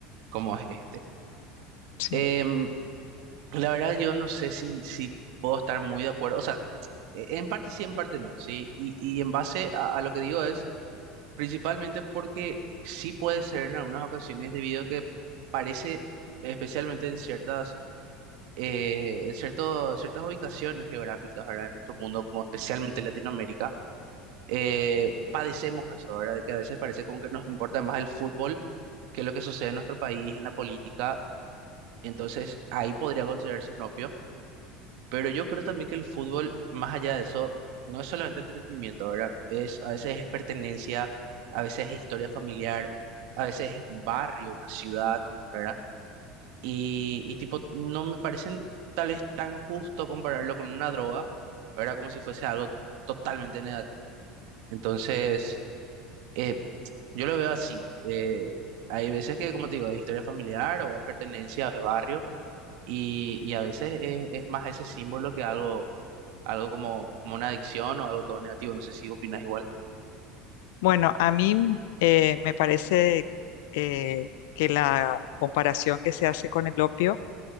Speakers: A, on the right; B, on the left.
A: como es este.
B: sí.
A: Em, la verdad yo no sé si, si puedo estar muy de acuerdo, o sea, e- en parte sí, en parte no, ¿sí? Y, y en base a, a lo que digo es... Principalmente porque sí puede ser en algunas ocasiones debido a que parece, especialmente en ciertas, eh, en cierto- ciertas ubicaciones geográficas, ¿verdad? En nuestro mundo, como especialmente Latinoamérica, eh, padecemos eso, ¿verdad? De que a veces parece como que nos importa más el fútbol que lo que sucede en nuestro país, en la política. Entonces, ahí podría considerarse un opio. Pero yo creo también que el fútbol, más allá de eso, no es solamente entretenimiento, ¿verdad? Es, a veces es pertenencia, a veces es historia familiar, a veces es un barrio, una ciudad, ¿verdad? Y, y tipo, no me parecen tal vez tan justo compararlo con una droga, ¿verdad? Como si fuese algo totalmente negativo. Entonces, eh, yo lo veo así. eh, hay veces que, como te digo, es historia familiar o es pertenencia, o es barrio. Y, y a veces es, es más ese símbolo que algo, algo como, como una adicción o algo todo negativo. No sé si opinas igual.
B: Bueno, a mí eh, me parece eh, que la comparación que se hace con el opio